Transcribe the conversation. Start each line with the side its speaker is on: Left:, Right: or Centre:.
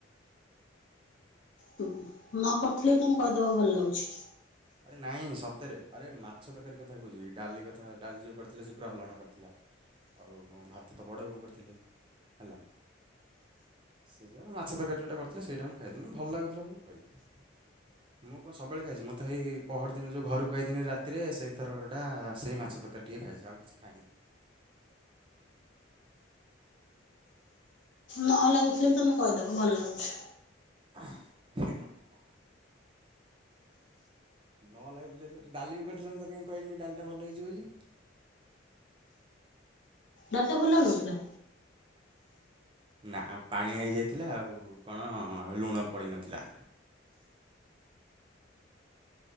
Left: ହୁଁ ହୁଁ। ନ କରିଥିଲେ ବି ତୁମୁ କହିଦବ ଭଲ ଲାଗୁଚି।
Right: ଆରେ ନାଇଁ ସତରେ ଆରେ ମାଛ ତରକାରୀ କଥା କହୁଛି ଡାଲି କଥା ଡାଲି ଯୋଉ କରିଥିଲେ ସେ ପୁରା ଅଲଣା କରିଥିଲା। ଆଉ ଭାତ ତ ବଡ଼ ବୋଉ କରିଥିଲେ ହେଲା। ସେ ଯା ମାଛ ତରକାରୀ ଯଉଟା କରିଥିଲେ ସେଇଟା ମୁଁ ଖାଇଥିନି ଭଲ ଲାଗୁଥିଲା ବୋଲି କହିଲି। ମୁଁ କ ସବେଳେ ଖାଇଚି ମୁଁ ତ ହେଇ ପହରଦିନ ଯୋଉ ଘରକୁ ଆଇଥିନି ରାତିରେ ସେଇଥରରଟା ସେଇ ମାଛ ତରକାରୀ ଟିକଏ ଖାଇଛି ଆଉ କିଛି ଖାଇନି।
Left: ନ ଲାଗୁଥିଲେ ବି ତୁମେ କହିଦବ ଭଲ ଲାଗୁଚି।
Right: <unintelligible> ନଆ ଭଲାଗୁଥିଲେ ସେ ଡାଲି ବି କରିଥିଲେ ମୁଁ ତ କାହିଁ କହିଲିନି ଡାଲିଟା ଭଲ ହେଇଛି ବୋଲି?
Left: ଡାଲ ଟା ଭଲ ଲାଗୁନଥିଲା?
Right: ନା ଆ ପାଣିଆ ହେଇଯାଇଥିଲା ଆଉ କଣ ଆ ଲୁଣ ପଡ଼ିନଥିଲା।